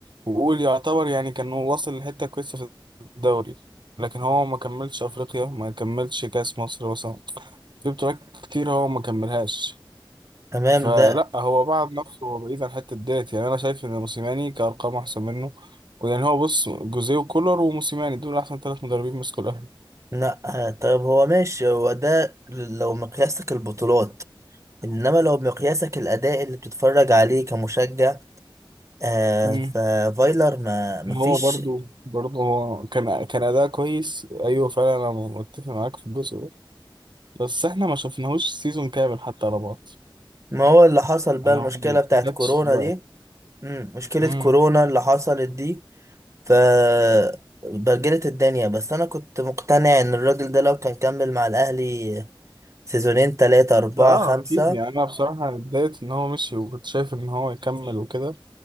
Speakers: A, on the right (about 60°); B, on the right (about 35°).
A: وقول يعتبر يعني كان هو واصل لحته كويسه في الدوري لكن هو ما كملش افريقيا ما كملش كاس مصر مثلا في بطولات كتير هو ما كملهاش
B: تمام
A: فلا
B: ده
A: هو بعد نفسه هو بعيد عن حته ديت يعني انا شايف ان موسيماني كارقام احسن منه يعني هو بص جوزيه وكولر وموسيماني دول احسن ثلاث مدربين مسكوا الاهلي
B: لا آه، طيب هو ماشي هو ده لو مقياسك البطولات انما لو مقياسك الاداء اللي بتتفرج عليه كمشجع آه
A: مم.
B: ففايلر ما ما فيش
A: هو برضو برضو هو كان كان اداء كويس ايوه فعلا انا متفق معاك في الجزء ده بس احنا ما شفناهوش سيزون كامل حتى على بعض
B: ما هو اللي حصل بقى
A: انا
B: المشكلة
A: هو ما
B: بتاعت
A: جاتش
B: كورونا
A: الوقت
B: دي مم. مشكلة
A: امم
B: كورونا اللي حصلت دي ف بجلت الدنيا بس انا كنت مقتنع ان الراجل ده لو كان كمل مع الاهلي سيزونين تلاتة اربعة
A: اه
B: خمسة
A: اكيد يعني انا بصراحه اتضايقت ان هو مشي وكنت شايف ان هو يكمل وكده